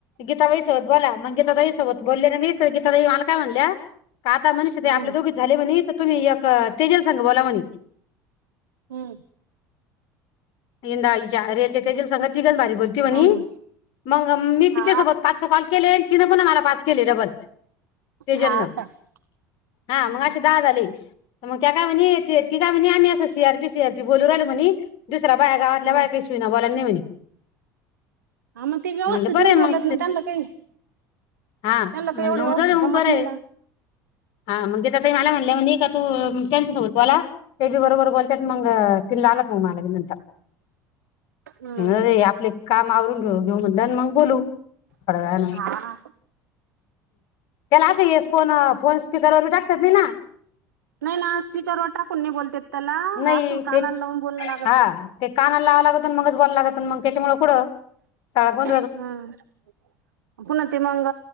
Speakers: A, on the left; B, on the right.
A: गीताबाई सोबत बोला मग गीताताई सोबत बोलले ना मी त <unintelligible> काय म्हणल्या का आता मनीषाताई
B: हम्म
A: आपले दोघीच झाले म्हणी त तुम्ही एक क तेजल संग बोला म्हणी
B: हम्म.
A: इंदाईच्या रेलच्या तेजल संग ती गंज भारी बोलती म्हणी
B: हा ना
A: मग मी
B: हा
A: तिच्या सोबत पाच कॉल केले तिनं पुन्हा मला पाच केले डबल तेजलन
B: हा का हम्म
A: हा मग असे दहा झाले मग त्या काय म्हणी ती काय म्हणी आम्ही अस C R P C R P बोलू राहिलो म्हणी दुसऱ्या बाया गावातल्या
B: हम्म
A: बाया कही सुईन बोलाना नाही म्हणी
B: हा मग ते व्यवस्थित
A: म्हणलं बर
B: नाही
A: मग
B: बोलत ना त्यांना काही
A: हा
B: त्यांना काही
A: म्हणलं
B: एवढं
A: मग
B: व्यवस्थित
A: जाऊद्या मग
B: जमत
A: बरं
B: नाही
A: ये
B: ना
A: हा मग गीता ताई मला म्हणल्या म्हणी का तो ये त्यांच्यासोबत बोला ते बी बरोबर बोलत्यात मग तिनला आणला होता मग मला
B: हम्म
A: <unintelligible> बरे आपले काम आवरून घेऊ. घेऊ म्हणलं मग बोलू थोड्या वेळानं
B: हा
A: त्याला असं येस फोन फोन स्पीकवर बी टाकतात येत नाही ना
B: नाही ना स्वीकारवर टाकून नाही बोलत येत त्याला
A: नाही
B: असं कानाला
A: ते
B: लावून बोलणं लागत
A: हा ते काना लावं लागत मगच बोलावा लागत मग त्याच्यामुळे कुड सगळा गोंधळ
B: हम्म पुन्हा ते मंग